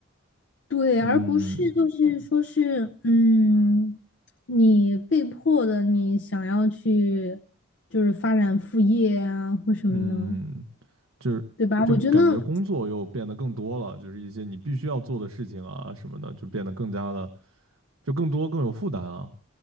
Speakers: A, on the left (about 55°); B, on the right (about 80°).
A: 对，
B: 嗯
A: 而不是就是说是，嗯，你被迫的，你想要去就是发展副业啊或什么的，
B: 嗯。就是就感觉工作又变得更多了，
A: 对吧？我觉得
B: 就是一些你必须要做的事情啊什么的，就变得更加的就更多更有负担了。